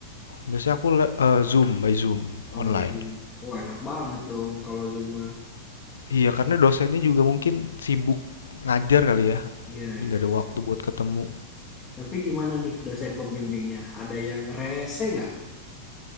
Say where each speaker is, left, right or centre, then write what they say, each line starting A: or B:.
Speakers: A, on the left (about 75°); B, on the left (about 20°).
A: biasanya aku eh, Zoom by Zoom
B: Oh,
A: online.
B: by Zoom. Wah, enak banget dong kalau Zoom mah.
A: Iya, karena dosennya juga mungkin sibuk ngajar kali ya.
B: Iya,
A: ini
B: iya,
A: nggak ada waktu
B: iya.
A: buat ketemu.
B: Tapi gimana nih dosen pembimbingnya? Ada yang rese nggak?